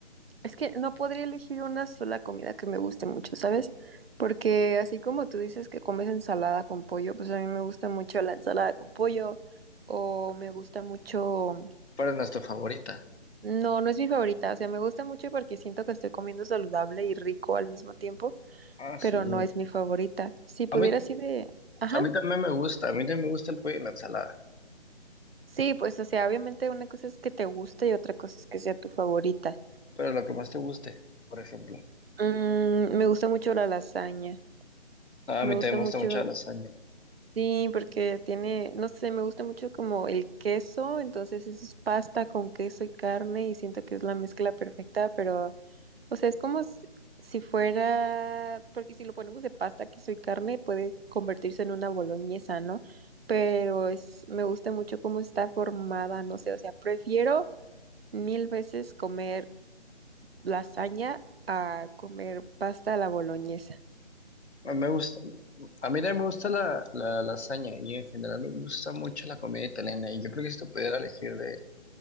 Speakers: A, on the right; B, on the left.
A: Es que no podría elegir una sola comida que me guste mucho, ¿sabes? Porque así como tú dices que comes ensalada con pollo, pues a mí me gusta mucho la ensalada con pollo o me gusta mucho...
B: Para es nuestra favorita.
A: No, no es mi favorita, o sea, me gusta mucho porque siento que estoy comiendo saludable y rico al mismo tiempo,
B: Ah,
A: pero
B: sí.
A: no es mi favorita. Si pudiera
B: A mí,
A: así de... Ajá.
B: a mí también me gusta. A mí también me gusta el pollo y la ensalada.
A: Sí, pues o sea, obviamente una cosa es que te guste y otra cosa es que sea tu favorita.
B: Pero lo que más te guste, por ejemplo.
A: Mm, me gusta mucho la lasaña.
B: Ah,
A: Me
B: a mí
A: gusta
B: también me
A: mucho
B: gusta mucho la lasaña.
A: Sí, porque tiene, no sé, me gusta mucho como el queso, entonces eso es pasta con queso y carne y siento que es la mezcla perfecta, pero, o sea, es como si si fuera, porque si lo ponemos de pasta, queso y carne puede convertirse en una boloñesa, ¿no? Pero es, me gusta mucho cómo está formada, no sé, o sea, prefiero mil veces comer lasaña a comer pasta a la boloñesa.
B: A mí me gusta, a mí también me gusta la, la lasaña y en general me gusta mucho la comida italiana. Y yo creo que si te pudiera elegir de